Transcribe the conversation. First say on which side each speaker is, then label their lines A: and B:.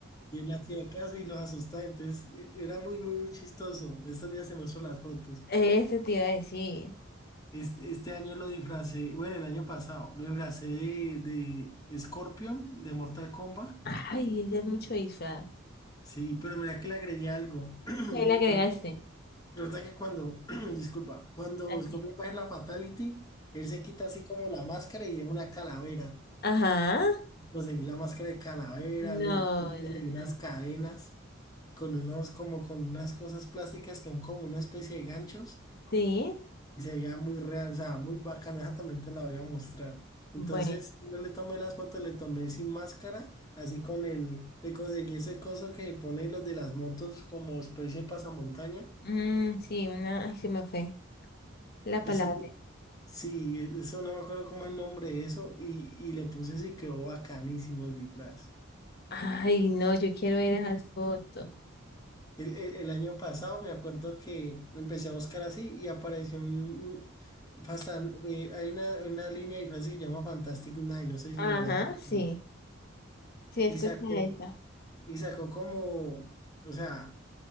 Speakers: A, on the left (about 20°); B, on the left (about 50°).
A: Y él hacía caso y los asustaba. Entonces e- era muy, muy, muy chistoso. Estos días se muestro las fotos.
B: Eso te iba a decir.
A: Este, este año lo disfracé, bueno, el año pasado, lo disfracé de, de Scorpion, de Mortal Kombat.
B: Ay, es de mucho disfraz.
A: Sí, pero mira que le agregué algo. <clears throat>
B: ¿Qué le agregaste?
A: Resulta que cuando, <clears throat> disculpa, cuando
B: Tranquilo.
A: Scorpion coge la Fatality, él se quita así como la máscara y es una calavera.
B: Ajá.
A: Conseguí la máscara de calavera, le
B: No,
A: conseguí
B: no,
A: unas
B: no.
A: cadenas con unos, como con unas cosas plásticas que son como una especie de ganchos
B: Sí.
A: y se veía muy real, o sea, muy bacano. Esa también te la voy a mostrar. Entonces,
B: Bueno.
A: yo le tomé las fotos, le tomé sin máscara, así con el, le conseguí ese coso que pone los de las motos como especie de pasamontaña
B: Mm, sí, una. Ay, se me fue la
A: Eso,
B: palabra.
A: que- sí, eso no me acuerdo cómo es el nombre de eso y, y le puse eso y quedó bacanísimo el disfraz.
B: Ay, no, yo quiero ver esas fotos.
A: El, el- el año pasado me acuerdo que empecé a buscar así y apareció un... un- fastan- eh, hay una, una línea de disfraces que se llama Fantastic Nine, no sé
B: Ajá,
A: si la habrás escuchado.
B: sí. Sí, escucha
A: Y sacó,
B: esa.
A: y sacó como, o sea,